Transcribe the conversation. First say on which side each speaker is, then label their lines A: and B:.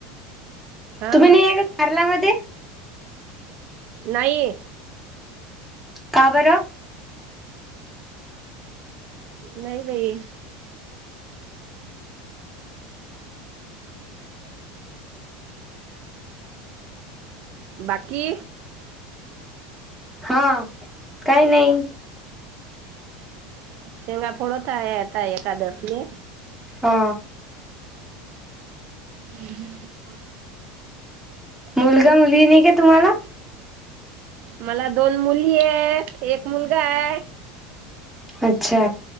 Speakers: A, on the right; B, in the centre.
A: हा
B: तुम्ही नाही का घरलामध्ये
A: नाही
B: का बर
A: नाही बाई. बाकी
B: हा काही नाही.
A: शेंगा फोडत आहे आता एकादसले.
B: हा
A: हम्
B: मुलगा, मुली नाही का तुम्हाला?
A: मला दोन मुली आहेत. एक मुलगा आहे.
B: अच्छा!